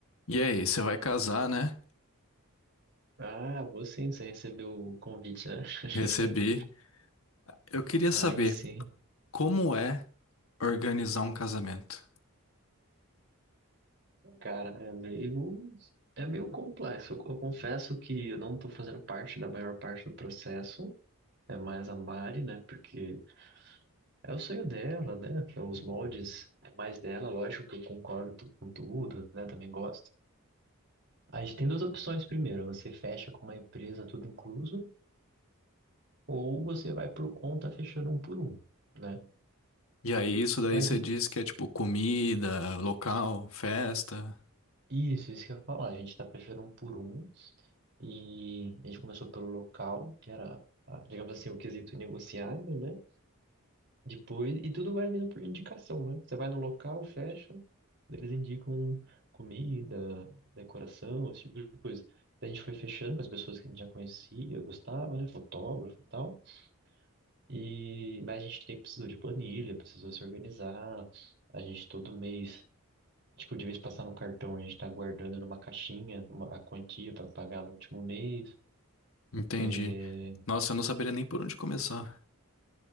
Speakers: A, on the left (about 70°); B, on the right (about 50°).
A: E aí, você vai casar, né?
B: Ah, vou sim, você recebeu o convite, né? <laughs>
A: Recebi. Eu queria saber
B: Aí sim.
A: como é organizar um casamento.
B: Cara, é meio, é meio complexo. Eu, eu confesso que eu não tô fazendo parte da maior parte do processo. É mais a Mari, né? Porque é o sonho dela, né? É Os moldes é mais dela, lógico que eu concordo tu- com tudo, né? Também gosto. A gente tem duas opções primeiro. Você fecha com uma empresa, tudo incluso, ou você vai por conta fechando um por um, né?
A: E aí, isso daí
B: Mas
A: você diz que é tipo comida, local, festa.
B: isso, isso que eu ia falar. A gente tá fechando um por um. E a gente começou pelo local, que era, ah, digamos assim, o quesito inegociável, né? Depois, e tudo vai vindo por indicação, né? Você vai no local, fecha, eles indicam comida, decoração, esse tipo de coisa. Daí a gente foi fechando com as pessoas que a gente já conhecia, gostava, né? Fotógrafo e tal. E, mas a gente tem- precisou de planilha, precisou se organizar. A gente todo mês, tipo, de vez passar no cartão, a gente tá guardando numa caixinha uma- a quantia para pagar no último mês.
A: Entendi.
B: É,
A: Nossa, eu não saberia nem por onde começar.